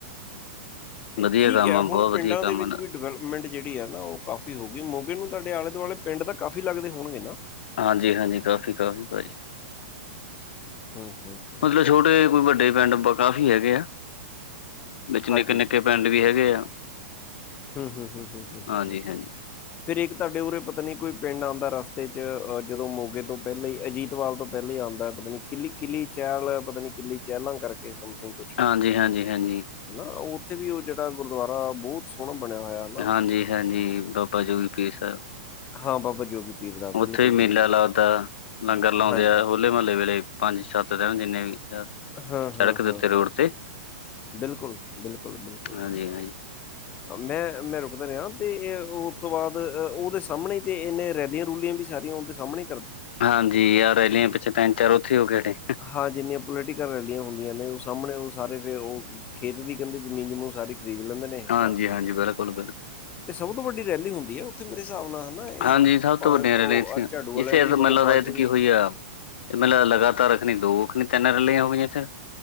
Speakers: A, on the left; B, on the left.
A: ਤੇ
B: ਵਧੀਆ
A: ਠੀਕੈ
B: ਕੰਮ ਆ ਬਹੁਤ
A: ਹੁਣ ਪਿੰਡਾ
B: ਵਧੀਆ ਕੰਮ
A: ਦੇ ਵਿੱਚ
B: ਆ ਨਾ।
A: ਵੀ ਡਿਵੈਲਪਮੈਂਟ ਜੇੜੀ ਆ ਨਾ ਉਓ ਕਾਫੀ ਹੋ ਗਈ। ਮੋਗੇ ਨੂੰ ਤੁਆਡੇ ਆਲੇ-ਦੁਆਲੇ ਪਿੰਡ ਤਾ ਕਾਫੀ ਲੱਗਦੇ ਹੋਣਗੇ ਨਾ?
B: ਹਾਂਜੀ-ਹਾਂਜੀ, ਕਾਫੀ-ਕਾਫੀ ਭਾਜੀ।
A: ਹੂੰ-ਹੂੰ।
B: ਮਤਲਬ ਛੋਟੇ ਕੋਈ ਵੱਡੇ ਪਿੰਡ ਕਾਫੀ ਹੈਗੇ ਆ, ਵਿੱਚ ਨਿੱਕੇ-ਨਿੱਕੇ।
A: ਹਾਂਜੀ
B: ਪੇਂਡ ਵੀ ਹੈਗੇ ਆ।
A: ਹੂੰ-ਹੂੰ-ਹੂੰ-ਹੂੰ-ਹੂੰ-ਹੂੰ-ਹੂੰ।
B: ਹਾਂਜੀ ਹਾਂਜੀ
A: ਫਿਰ ਇੱਕ ਤੁਆਡੇ ਉਰੇ ਪਤਾ ਨੀ ਕੋਈ ਪਿੰਡ ਆਂਦਾ ਰਸਤੇ ਚ ਅ ਜਦੋਂ ਮੋਗੇ ਤੋਂ ਪੈਲਾਂ ਈ ਅਜੀਤਵਾਲ ਤੋਂ ਪੈਲਾਂ ਈ ਆਂਦੈ ਪਤਾ ਨੀ ਕਿੱਲੀ ਕਿਲੀ ਚੈਲ ਪਤਾ ਨੀ ਕਿੱਲੀ ਚੈਲਾਂ ਕਰਕੇ ਸਮਥਿੰਗ ਕੁਛ
B: ਹਾਂਜੀ-ਹਾਂਜੀ-ਹਾਂਜੀ।
A: ਹਨਾ, ਓਥੇ ਵੀ ਓ ਜੇੜਾ ਗੁਰਦੁਆਰਾ ਬੋਤ ਸੋਣਾ ਬਣੇਆ ਹੋਯਾ।
B: ਹਾਂਜੀ-ਹਾਂਜੀ, ਬਾਬਾ ਜੋਗੀ ਪੀਰ ਸੈਬ।
A: ਹਾਂ, ਬਾਬਾ ਜੋਗੀ ਪੀਰ ਦਾ
B: ਓਥੇ
A: ਬਿਲਕੁਲ
B: ਵੀ ਮੇਲਾ
A: ਬਿਲਕੁਲ ਬਿਲਕੁਲ
B: ਲੱਗਦਾ, ਲੰਗਰ ਲਾਉਂਦੇ
A: ਹਾਂਜੀ
B: ਆ। ਹੌਲੇ ਮਹੱਲੇ ਵੇਲੇ ਪੰਜ-ਸੱਤ ਦੇਨ ਜਿੰਨੇ ਵੀ।
A: ਹਾਂ-ਹਾਂ-ਹਾਂ-ਹਾਂ-ਹਾਂ,
B: ਸੜਕ ਦੇ ਉੱਤੇ ਰੋਡ ਤੇ
A: ਬਿਲਕੁਲ-ਬਿਲਕੁਲ-ਬਿਲਕੁਲ-ਬਿਲਕੁਲ।
B: ਹਾਂਜੀ ਹਾਂਜੀ
A: ਮੈਂ-ਮੈਂ ਰੁਕਦਾ ਰੇਆ ਤੇ ਉਸ ਤੋਂ ਬਾਦ ਓਦੇ ਸਾਮਣੇ ਤੇ ਏਨੇ ਰੈਲੀਆਂ-ਰੂਲੀਆਂ ਵੀ ਸਾਰੀਆਂ ਓੰਦੇ ਸਾਮਣੇ
B: ਹਾਂਜੀ, ਏ ਰੈਲੀਆਂ ਪਿੱਛੇ ਤਿੰਨ-ਚਾਰ ਓਥੇ ਹੋਕੇੇ ਹਟੇ।
A: ਹਾਂ, ਜਿੰਨੀ ਪੋਲੀਟੀਕਲ ਰੈਲੀਆਂ ਹੁੰਦੀਆਂ ਨੇ ਓ ਸਾਮਣੇ ਓ ਸਾਰੇ ਫੇਰ ਓ ਖੇਤ ਦੀ ਜਮੀਨ-ਜਮੂਨ ਸਾਰੀ ਖਰੀਦ ਲੈਂਦੇ ਨੇ। ਹਨਾ
B: ਹਾਂਜੀ-ਹਾਂਜੀ, ਬੇਲਕੁਲ-ਬੇਲਕੁਲ।
A: ਤੇ ਸਬ ਤੋਂ ਵੱਡੀ ਰੈਲੀ ਹੁੰਦੀਆ ਓਥੇ, ਮੇਰੇ ਸਾਬ ਨਾਲ? ਹਨਾ ਇਹ
B: ਹਾਂਜੀ, ਸਬ
A: ਭਾਵੇਂ
B: ਤੋਂ ਵੱਡੀਆਂ
A: ਉਹ
B: ਰੈਲੀਆਂ ਇੱਥੇ
A: ਅੱਜ ਝਾੜੂ
B: ਜਿੱਥੇ
A: ਵਾਲਿਆਂ ਦੀ ਹੋਏ
B: ਮਤਲਬ
A: ਪਾਰਟੀ
B: ਐਤਕੀ
A: ਦੀ
B: ਹੋਈ ਆ। ਮੈਨੂੰ ਲੱਗਦਾ ਲਗਾਤਾਰ ਦੋ ਕੇ ਤੇਂਨ ਰੈਲੀਆ ਹੋ ਗਈਆਂ ਏਥੇ ਤਾਂ।